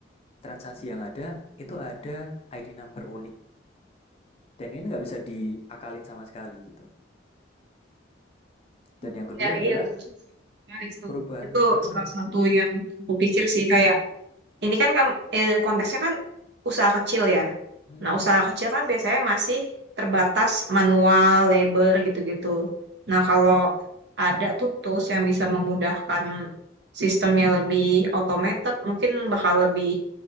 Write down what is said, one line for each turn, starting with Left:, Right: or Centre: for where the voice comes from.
Left: transaksi yang ada, itu ada ID number unik. Dan ini nggak bisa diakalin sama sekali gitu.
Right: Hmm,
Left: Dan yang kedua
Right: Ya,
Left: adalah
Right: iya tuh. Menarik tuh.
Left: perubahan
Right: Itu
Left: aturan.
Right: salah satu yang aku pikir sih kayak ini kan kam- eh, konteksnya kan usaha kecil ya.
Left: Hmm,
Right: Nah, usaha kecil kan biasanya masih terbatas manual, labor gitu-gitu. Nah, kalau ada tuh tools yang bisa memudahkan sistemnya lebih automated, mungkin bakal lebih